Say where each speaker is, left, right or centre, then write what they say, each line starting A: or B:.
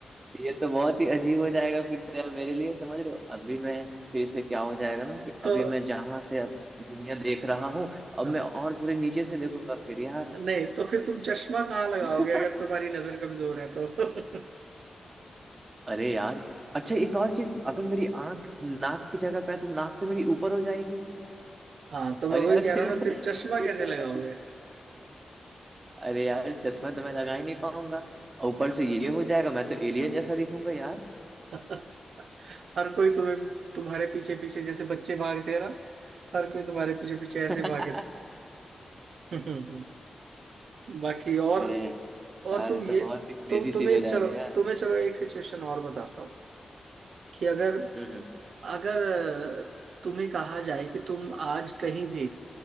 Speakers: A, on the right; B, on the right.
A: ये तो बहुत ही अजीब हो जाएगा फिर तो यार मेरे लिए समझ रहे हो अभी मैं फिर से क्या हो जाएगा ना कि
B: तो
A: अभी मैं जहां से अब दुनिया देख रहा हूँ अब
B: हाँ,
A: मैं और थोड़ी नीचे से देखूंगा फिर यार
B: नहीं तो फिर तुम चश्मा कहाँ लगाओगे
A: <laughs>
B: अगर तुम्हारी नजर कमजोर है तो <laughs>
A: अरे यार अच्छा एक और चीज अगर मेरी आंख नाक की जगह पे है तो नाक तो मेरी ऊपर हो जाएगी
B: हाँ तो मैं
A: अरे
B: वही
A: यार
B: कह
A: फिर
B: रहा हूँ ना फिर
A: मैं फिर
B: चश्मा कैसे
A: तो
B: लगाओगे
A: मैं अरे यार चश्मा तो मैं लगा ही नहीं पाऊंगा और ऊपर से ये हो जाएगा मैं तो एलियन जैसा दिखूंगा यार
B: <laughs> हर कोई तुम्हें तुम्हारे पीछे पीछे जैसे बच्चे भागते हैं ना हर कोई तुम्हारे पीछे पीछे
A: <laughs>
B: ऐसे भागे <laughs> बाकी और
A: अरे
B: और
A: यार
B: तुम
A: ये
B: ये
A: तो बहुत ही क्रेजी
B: तो तुम्हें
A: चीज हो जाएगा
B: चलो
A: यार
B: तुम्हें चलो एक सिचुएशन और बताता हूँ कि अगर
A: हम्म
B: अगर अ, तुम्हें कहा जाए कि तुम आज कहीं भी